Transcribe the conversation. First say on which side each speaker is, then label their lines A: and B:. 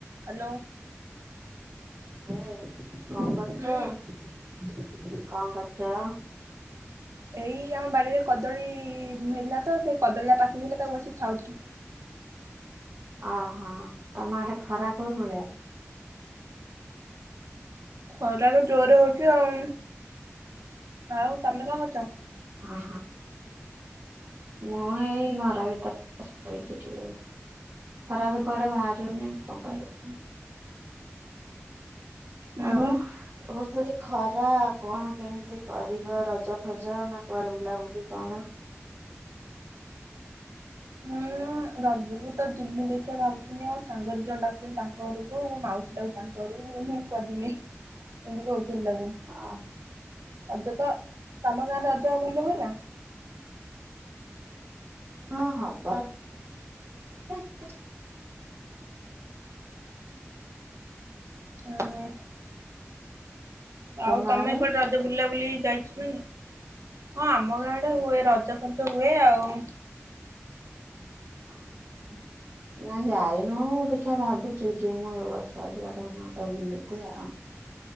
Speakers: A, on the right (about 85°); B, on the right (about 50°).
A: Hello.
B: ହେ କଣ କରୁଚ
A: ହୁଁ
B: କଣ କରୁଚ?
A: ଏଇ ଆମ ବାଡିରେ କଦଳୀ ହେଲା ତ ସେଇ କଦଳୀଟା ପାଚି ଥିଲା ତାକୁ ଆସି ଖାଉଚି।
B: ଓହୋ ତମ ଆଡେ ଖରା କୋଉ <unintelligible>
A: ଖରା ତ ଜୋରରେ ହୋଉଚି ଆଉ, ଆଉ ତମେ କଣ କରୁଚ?
B: ଓହୋ। ମୁଁ ଏଇ ଘରା ଭିତରେ ଶୋଇଚି। ଖରାପ କୁଆଡେ ବାହାରିବନିଁ କଣ କରିବି?
A: ହୁଁ ହୁଁ। ମୁଁ
B: ଆଉ
A: ବା
B: <unintelligible> ଖରା କଣ କେମିତି କରିବ ରଜ ଫଜ ନା କୁଆଡେ ବୁଲାବୁଲି କଣ
A: ହୁଁ। ରଜକୁ ତ ଜିମଁ ଦେଖିବା ଭାବୁଛନ୍ତିି ମୋ ସାଙ୍ଗରେ ନେଇ ଅନେକ ଜଣ ଡାକୁଛନ୍ତି ତାଙ୍କ ଘରକୁୋ ମାଉସୀ ଟାକୁ ତାଙ୍କ ଘରକୁ ହୁି <unintelligible> ଏମିତି କହୁଥିଲି ତା ମୁ
B: ହଁ।
A: ରଜ ତ ତମ ଗାଁରେ ରଜ ଭଲ ହୁଏନା?
B: ହଁ ହବ। <inaudible>
A: ହୁଁ।
B: ତମ
A: ଆଉ ତମେ
B: ଆଡେ?
A: କୋଆଡେ ରଜ ବୁଲା ବୁଲି ଯାଇଚ ହଁ ଆମ ଗାଁରେ ହୁଏ ରଜପତ ହୁଏ ଆଉ
B: ହଁ ନା ଯାଇନୁ ଦେଖିବା ଭାବୁଚୁ ଯି ମୁଁ ଏ ବର୍ଷ ଯଆ ତ ବୁଲି ଆଉ।